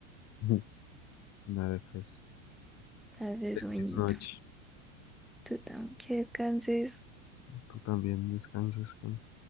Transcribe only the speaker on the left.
<laughs> Dale, pues.
Feliz
noche.
Tú también descansa, descansa.